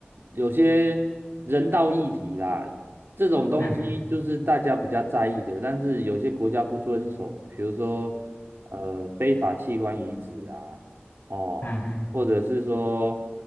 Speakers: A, on the right; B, on the left.
A: 有些人道议题啦，这种东西就是大家比较在意的，
B: 嗯
A: 但是有些国家不遵守，比如说呃非法器官移植啊，哦。
B: 嗯嗯
A: 或者是说，